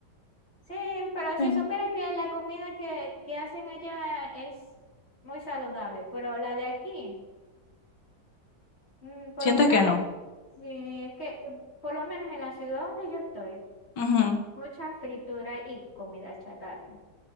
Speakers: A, on the left; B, on the left.
A: Sí, pero si
B: sí.
A: supieras que la comida que, que hacen allá es muy saludable, pero la de aquí, mm, por
B: Sientes
A: lo menos
B: que no.
A: es, sí, es que mm, por lo menos en la ciudad donde yo estoy,
B: Ujú.
A: mucha fritura y comida chatarra.